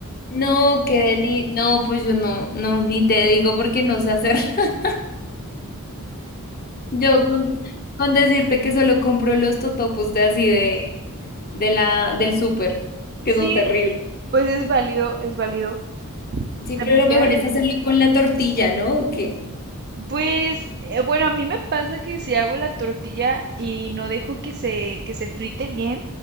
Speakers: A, on the left; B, on the right.
A: No, qué deli, no, pues yo no, no, ni te digo porque no sé hacer. <laughs> Yo con, con decirte que solo compro los totopos de así de de la, del súper,
B: Sí,
A: que son terribles.
B: Pues es válido, es válido.
A: Sí,
B: También
A: pero lo
B: quedan
A: mejor es
B: bien.
A: hacerlo con la tortilla, ¿no? ¿O qué?
B: Pues eh, bueno, a mí me pasa que si hago la tortilla y no dejo que se que se frite bien,